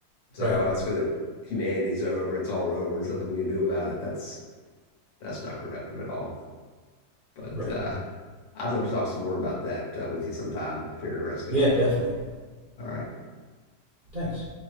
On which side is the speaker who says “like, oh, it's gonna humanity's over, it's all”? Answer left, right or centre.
Left